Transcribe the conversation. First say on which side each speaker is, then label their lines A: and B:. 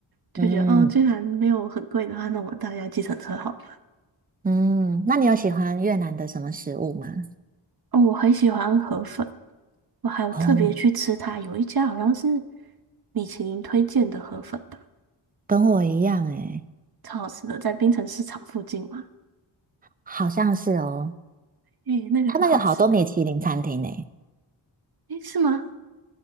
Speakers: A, on the right; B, on the right.
A: 就觉得哦，
B: 嗯
A: 既然没有很贵的话，那我们大家计程车好了。
B: 嗯，那你有喜欢越南的什么食物吗？
A: 哦，我很喜欢河粉，我还有特别去吃它，
B: 哦，
A: 有一家好像是米其林推荐的河粉吧，
B: 跟我一样诶，
A: 超好吃的，在槟城市场附近嘛。
B: 好像是哦，
A: 诶，那个很好吃。
B: 他们有好多米其林餐厅诶。
A: 诶，是吗？